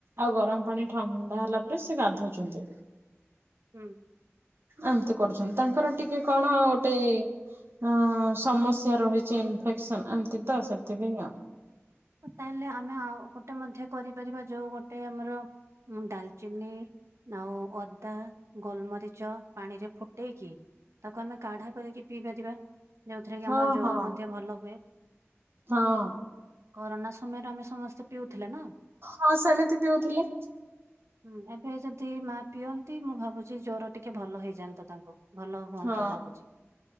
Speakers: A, on the right; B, on the right.
A: ଆଉ ଗରମ ପାଣି ଥଣ୍ଡା ହେଲା ପରେ ସେ ଗାଧଉଛନ୍ତି।
B: ହୁଁ।
A: ଏମତି କରୁଛନ୍ତି ତାଙ୍କର ଟିକେ କଣ ଗୋଟେ ଅ ସମସ୍ୟା ରହିଛି ଇନଫେକ୍ସନ ଏମତି ତ ସେଥିପାଇଁ ଆଉ।
B: ତାହେଲେ ଆମେ ଆଉ ଗୋଟେ ମଧ୍ୟ କରିପାରିବା ଯୋଉ ଗୋଟେ ଆମର ଡାଲଚିନି ଆଉ ଅଦା ଗୋଲମରିଚ ପାଣିରେ ଫୁଟେଇକି ତାକୁ ଆମେ କାଢା କରିକି ପିଇ ପାରିବା ଯୋଉଥିରେ କି
A: ହଁ
B: ଆମର ଜ୍ଵର
A: ହଁ
B: ମଧ୍ୟ ଭଲ ହୁଏ।
A: ହଁ।
B: କରୋନା ସମୟରେ ଆମେ ସମସ୍ତେ ପିଉଥିଲେ ନା।
A: ହଁ ସେମିତି ପିଉଥିଲେ।
B: ହୁଁ ଏବେ ଯଦି ମା ପିଅନ୍ତି, ମୁଁ ଭାବୁଛି ଜର ଟିକେ ଭଲ ହେଇଯାଆନ୍ତା ତାଙ୍କୁ। ଭଲ ହୁଅନ୍ତା
A: ହଁ
B: ଭାବୁଛି।